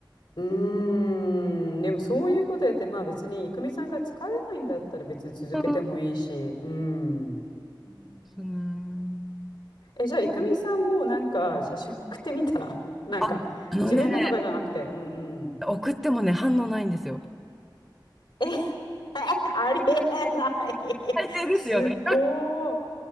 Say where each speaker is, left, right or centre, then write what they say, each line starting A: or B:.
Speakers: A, on the left; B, in the centre.
A: うーん、でもそういうことやって、まあ別に、いくみさんが疲れないんだったら別に続けてもいいし、
B: う
A: うん。
B: んそうね。
A: え、じゃあ、いくみさんもなんか写真送ってみたら、<laughs> なんか、
B: あ、あのね、
A: 自分のとかじゃなくて、うんうん。
B: 送ってもね、反応ないんですよ。
A: え、<laughs> えありえないすっごい。
B: 最低ですよね。